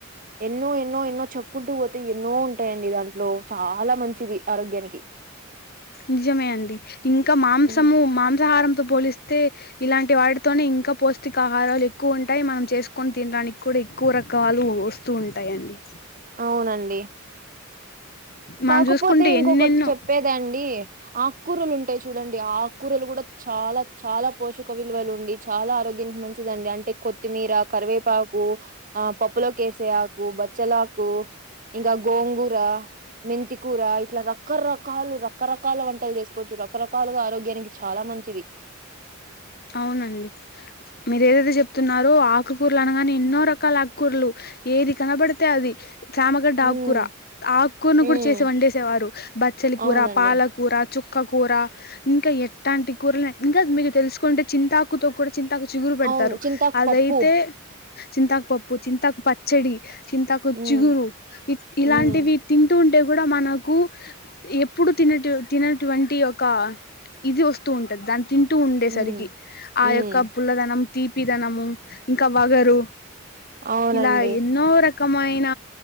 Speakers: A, on the right (about 40°); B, on the left (about 50°).
A: ఎన్నో ఎన్నో ఎన్నో చెప్పుకుంటూ పోతే ఎన్నో ఉంటాయండి దాంట్లో చాలా మంచిది ఆరోగ్యానికి.
B: నిజమే అండి ఇంకా మాంసము
A: హ్మ్.
B: మాంసాహారంతో పోలిస్త తె ఇలాంటి వాటితోనే ఇంకా పౌష్టికా ఆహారాలు ఎక్కువ ఉంటాయి మనం చేసుకొని తినడానికి కూడా ఎక్కువ రకాలు వస్ తు ఉంటాయండి
A: అవునండి కాకపోతే
B: మనం చూసుకుంటే
A: ఇంకొకటి
B: ఎన్నెన్నో
A: చెప్పేదాండి ఆకూరలు ఉంటాయి చూడండి ఆక్ కూరలు కూడా చాలా చాలా పోషక్ క విలువలు ఉండి చాలా ఆరోగ్యానికి మంచిదండి అంటే కొత్తిమీర కరివేపాకు ఆ పప్పులకేేసయకు బచ్చల హాకు ఇంకా గోంగూర మెంతికూర ఇట్లా రకరకాలు రకరకాల వంటలు చేసుకోవచ్చు రకరకాలుగా ఆరోగ్యానికి చాలా మంచిది
B: అవునండి మీరు ఏదైతే చెప్తున్నారో ఆకుకూరలు అనగాని ఎన్నో రకాల ఆకుకూరలు ఏది కనపడితే అది చామగడ్డ
A: ఉమ్
B: ఆకుకూర ఆకుకూరను
A: ఉమ్
B: కూడా చేసి వండేసేవారు బచ్చలి కూర
A: అవునండి
B: పాలకూర కూర చుక్క కూర ఇంకా ఏటంటి కూరలు ఇంకా మీకు తెలుసుకుంటే చింతాకుతో కూడా చింతాకు చిగురు పెడతారు
A: అవును చింతాకు
B: అదైతే
A: పప్పు
B: చింతాకు పప్పు చింతకు పచ్చడి చింతకు
A: ఉమ్
B: చిగురు ఇ ఇలాంటివి
A: ఉమ్
B: తింటూ ఉంటే కూడా మనకు ఎప్పుడు తినటి తినటువంటి ఒక ఇది వస్తూ ఉంటది దాని తింటూ ఉండేసరికి
A: ఉమ్
B: ఆ
A: ఉమ్
B: యొక్క పుల్లదనం తీపిదనము ఇంకా వగరు
A: అవునండి
B: ఇలా ఎన్నో ర కమైన